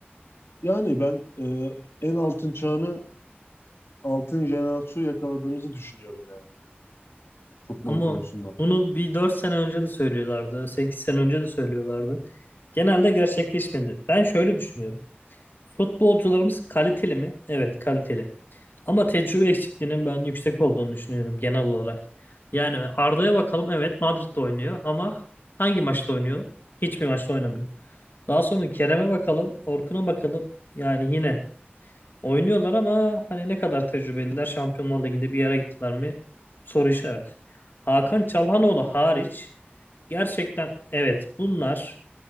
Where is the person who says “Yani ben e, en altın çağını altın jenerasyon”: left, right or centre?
Left